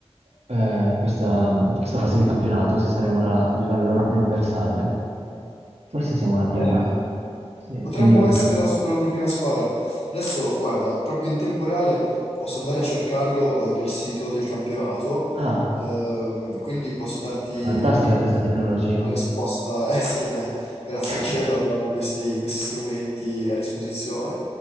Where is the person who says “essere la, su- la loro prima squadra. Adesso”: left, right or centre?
Left